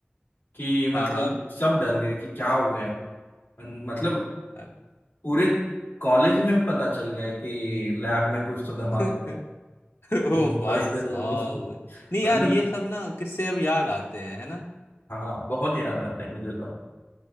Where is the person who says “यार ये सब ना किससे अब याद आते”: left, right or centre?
Left